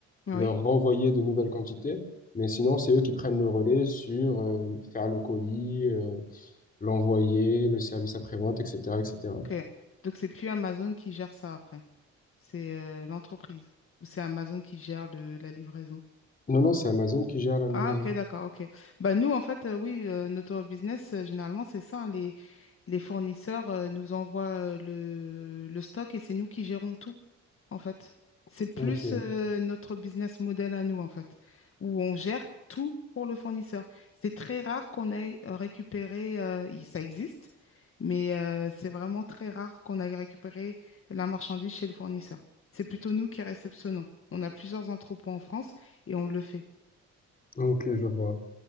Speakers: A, on the left; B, on the left.
A: Oui.
B: leur renvoyer de nouvelles quantités. Mais sinon, c'est eux qui prennent le relais sur euh, faire le colis, euh, l'envoyer, le service après-vente, etc., etc.
A: Ok. Donc, c'est plus Amazon qui gère ça après. C'est euh, l'entreprise. Ou C'est Amazon qui gère le- la livraison.
B: Non, non, c'est Amazon qui gère la livraison.
A: Ah, ok, d'accord, ok. Bah, nous, en fait, euh, oui, euh, notre business, euh, généralement, c'est ça. hein, les, les fournisseurs euh, nous envoient euh, le, le stock et c'est nous qui gérons tout. en fait. C'est plus
B: Ok,
A: euh, notre business model à nous, en fait, où on gère tout pour le fournisseur. C'est très rare qu'on ait euh, récupéré. euh, il- ça existe, mais euh, c'est vraiment très rare qu'on ait récupéré la marchandise chez le fournisseur. C'est plutôt nous qui réceptionnons. On a plusieurs entrepôts en France et on le fait.
B: ok, je vois.